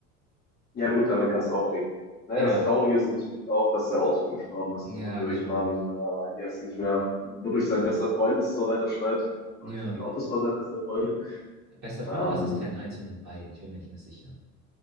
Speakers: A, on the left (about 20°); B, on the right (about 40°).
A: Ja gut, daran kannst du auch legen. Naja,
B: Ja,
A: das Traurige ist natürlich auch, dass der Autor gestorben ist,
B: ja,
A: wodurch
B: genau.
A: man äh, jetzt nicht mehr, wodurch sein bester Freund das zwar weiterschreibt,
B: Ja,
A: aber ich glaube, das war sein bester Freund.
B: bester Freund,
A: Ähm,
B: Assistent, eins von den beiden, ich bin mir nicht mehr sicher.